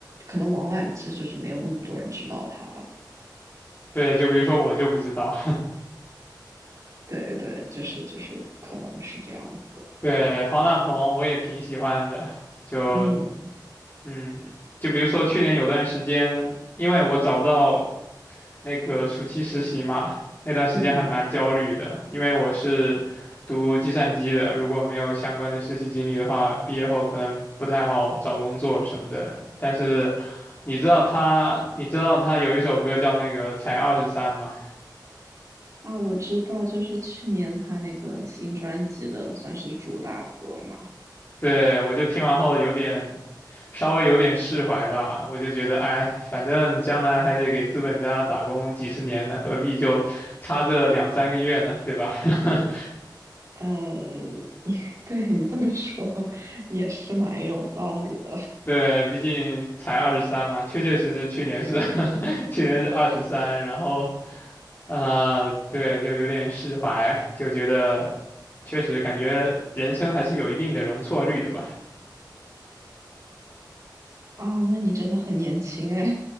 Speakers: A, on the right; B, on the left.
A: 可能王菀之就是没有那么多人知道他吧。
B: 对，就比如说我就不知道，
A: 对对，就是就是可能是这样子。
B: <laughs> 对，方大同我也挺喜欢的，就
A: 嗯
B: 嗯，就比如说去年有段时间，因为我找不到那个暑期实习嘛，那段时间还蛮焦虑的，
A: 嗯嗯
B: 因为我是读计算机的，如果没有相关的实习经历的话，毕业后可能不太好找工作什么的。但是你知道他，你知道他有一首歌叫那个才二十三吗？
A: 啊，我知道，就是去年他那个新专辑的算是主打歌嘛。
B: 对，我就听完后有点，稍微有点释怀吧。我就觉得，哎，反正将来还得给资本家打工几十年呢，何必就差这两三个月呢，对吧？<laughs>
A: 嗯，你 <laughs> 对你这么说也是蛮有道理的
B: 对，毕竟才二十三嘛，确确实实去年是 <laughs> 去年是二十三，然后啊，对，就有点释怀，就觉得确实感觉人生还是有一定的容错率的吧。
A: 啊。那你真的很年轻哎，